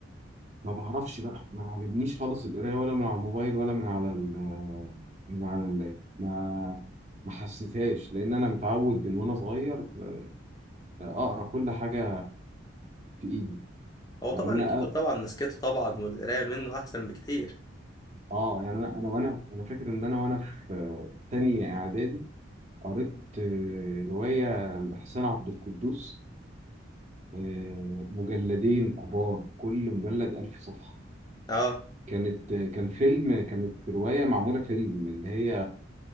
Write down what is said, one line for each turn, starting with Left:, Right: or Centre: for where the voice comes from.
Right: ما بعرفش بقى ما عجبنيش خالص القرايه ولا من على الموبايل ولا من على ال من على اللاب ما ما حسيتهاش لان انا متعود من وانا صغير آه، اقرا كل حاجه في ايدي
Left: هو
Right: يعني
Left: طبعا
Right: انا
Left: الكتاب
Right: أ-
Left: طبعا مسكته طبعا والقرايه منه احسن بكتير
Right: اه يعني انا انا وانا انا فاكر ان انا وانا في تانية اعدادي قريت آه، روايه لاحسان عبد القدوس آه، مجلدين كبار كل مجلد ألف صفحه
Left: اه
Right: كانت آه، كان فيلم كانت روايه معموله فيلم اللي هي